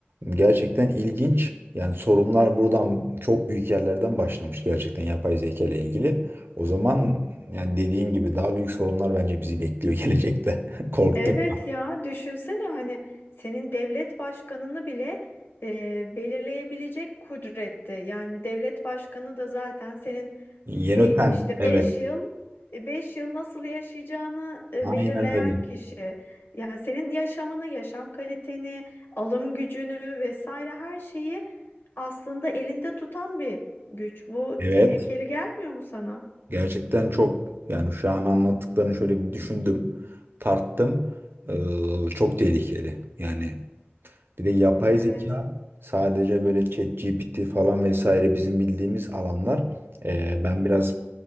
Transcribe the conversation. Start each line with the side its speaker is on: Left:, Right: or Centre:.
Right: Gerçekten ilginç. Yani sorunlar buradan çok büyük yerlerden başlamış gerçekten yapay zeka ile ilgili. O zaman yani dediğin gibi daha büyük sorunlar bence bizi bekliyor gelecekte. <laughs> Korktum.
Left: Evet ya düşünsene hani senin devlet başkanını bile e, belirleyebilecek kudrette. Yani devlet başkanı da zaten senin
Right: Yeni
Left: bir
Right: öten.
Left: işte
Right: Evet.
Left: beş yıl e, beş yıl nasıl yaşayacağını e,
Right: Aynen
Left: belirleyen
Right: öyle.
Left: kişi. Yani senin yaşamını, yaşam kaliteni, alım gücünü vesaire her şeyi aslında elinde tutan bir güç. Bu
Right: Evet.
Left: tehlikeli gelmiyor mu sana?
Right: Gerçekten çok yani şu an anlattıklarını şöyle bir düşündüm, tarttım. Ee, çok tehlikeli. Yani bir de yapay
Left: Evet.
Right: zeka sadece böyle ChatGPT falan vesaire bizim bildiğimiz alanlar. Ee, ben biraz